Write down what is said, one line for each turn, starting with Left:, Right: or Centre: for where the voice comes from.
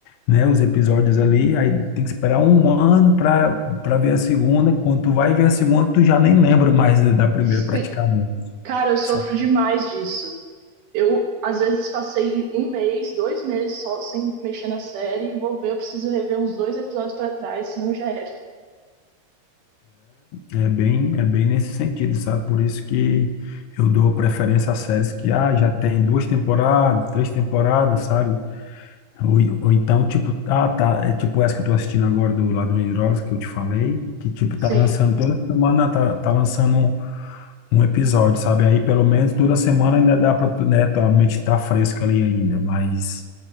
Left: né, os episódios ali, aí tem que esperar um ano para para ver a segunda. Quando tu vai ver a segunda, tu já nem lembra mais da primeira
Right: <laughs>
Left: praticamente.
Right: Cara, eu sofro
Left: sabe?
Right: demais disso. Eu, às vezes, passei um mês, dois meses só sem mexer na série. Vou ver, eu preciso rever uns dois episódios pra trás, senão já era.
Left: É, é bem, é bem nesse sentido, sabe? Por isso que eu dou preferência a séries que ah, já tem duas temporadas, três temporadas, sabe? Ou, ou então, tipo, ah, tá, é tipo essa que eu tô assistindo agora do Ladrão de Drogas, que eu te falei, que, tipo,
Right: Sim.
Left: tá lançando toda semana, tá, tá lançando um, um episódio, sabe? Aí pelo menos toda semana ainda dá para, né, tua mente tá fresca ali ainda, mas